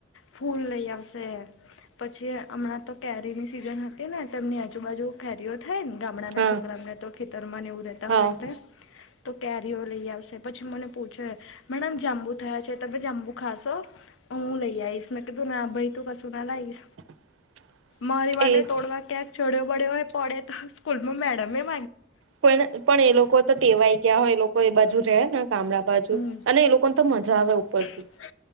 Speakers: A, on the left; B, on the right.
A: ફૂલ લઈ આવશે પછી હમણાં તો કેરીની સિઝન હતી ને તેમની આજુબાજુ કેરીઓ થાય ને ગામડા ના
B: હા.
A: છોકરાને તો ખેતરમાં નેવું રહેેતા
B: હા
A: હોય તો કેરીઓ લઈ આવશે પછી મને પૂછો મડમ જાંબુ થયા છે તમે જાંબુ ખાશો હું લઈ આઈશ મે કધું ના આભાાઈ તું ક સુું ના લાઈ
B: <inaudible>
A: મારી માટે
B: એજ
A: તોડવા ક્યાંક ચડ્યો પડ્યો હોય પડે તો સ્કૂલમાં મેડમે એ
B: પણ પણ એ લોકો તો ટેવાય ગયા હોય એ લોકો એ બાજુ રહે ને ગામડા બાજુ
A: હમ.
B: અને એ લોકોને તો મજા આવે ઉપરથી
A: મજા